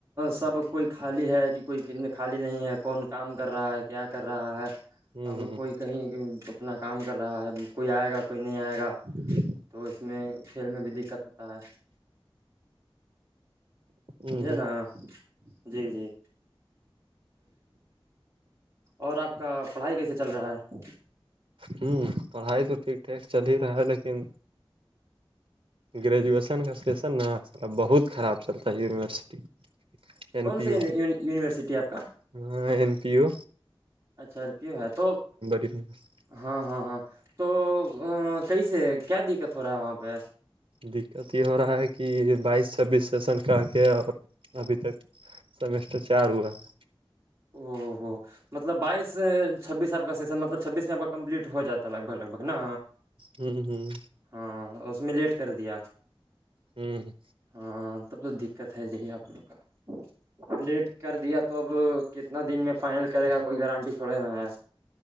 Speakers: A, on the right; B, on the right.
A: سب کوئی خالی ہے کہ کوئی خالی نہیں ہے کون کام کر رہا ہے کیا کر رہا ہے
B: ہوں
A: اب کوئی کہیں اپنا کام کر رہا ہے کوئی آئے گا کوئی نہیں آئے گا
B: ج
A: تو اس میں کھیل میں بھی دقت ہوتا ہے سمجھے
B: ہ
A: نا
B: ہ
A: جی جی اور آپ کا پڑھائی کیسے چل رہا ہے
B: ہوں پڑھائی تو ٹھیک ٹھیک چل ہی رہا ہے لیکن گریجویشن کا سشن نہ بہت خراب چلتا ہے یونیورسٹی این
A: کون
B: پی
A: سا
B: یو
A: یونیورسٹی آپ کا
B: ہاں این پییو
A: اچھا رپیو ہے تو
B: یونیورسٹی
A: ہاں ہاں ہاں تو ا کیس کیا دقت ہو رہا ہے وہاں پہ
B: دقت یہ ہو رہا ہے کہ بائیس چھبیس سیشن کہ کے اور ابھی تک سمیسٹر چار ہوا ہے
A: او ہو مطلب بائیس چھبیس آپ کا سشن مطلب چھبیس میں آپ کا کمپلیٹ ہو جاتا لگ بگ لگ بگ نا
B: ہوں ہوں
A: ہاں اس میں لیٹ کر دیا
B: ہوں
A: ہاں تب تو دقت ہے ذ آپ لوگ کا لیٹ کر دیا تو اب کتنا دن میں فائنل کرے گا کوئی گارنٹی تھوڑے نا ہے